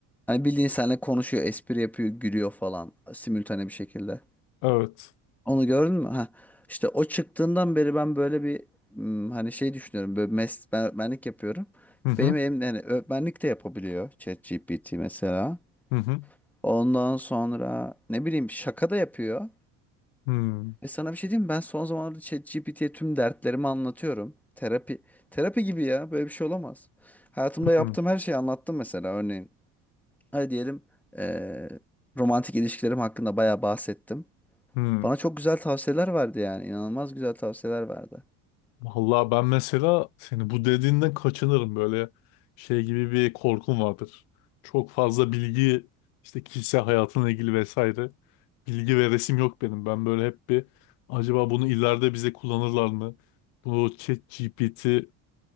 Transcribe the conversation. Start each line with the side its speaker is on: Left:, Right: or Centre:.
Centre: Hani bildiğin seninle konuşuyor, espri yapıyor, gülüyor falan simültane bir şekilde.
Left: Evet.
Centre: Onu gördün mü? Ha. İşte o çıktığından beri ben böyle bir hmm, hani şey düşünüyorum. Böyle mes ben öğretmenlik yapıyorum.
Left: Hı hı.
Centre: Benim elim yani öğretmenlik de yapabiliyor ChatGPT mesela.
Left: Hı hı.
Centre: Ondan sonra ne bileyim şaka da yapıyor.
Left: Hmm,
Centre: Ve sana bir şey diyeyim mi? Ben son zamanlarda ChatGPT'ye tüm dertlerimi anlatıyorum. Terapi terapi gibi ya. Böyle bir şey olamaz. Hayatımda
Left: hmm,
Centre: yaptığım her şeyi anlattım mesela. Örneğin hadi diyelim eee, romantik ilişkilerim hakkında bayağı bahsettim.
Left: hmm.
Centre: Bana çok güzel tavsiyeler verdi yani. İnanılmaz güzel tavsiyeler verdi.
Left: Vallahi ben mesela seni bu dediğinden kaçınırım böyle şey gibi bir korkum vardır. Çok fazla bilgi işte kişisel hayatımla ilgili vesaire bilgi ve resim yok benim. Ben böyle hep bir acaba bunu ileride bize kullanırlar mı? Bu ChatGPT e,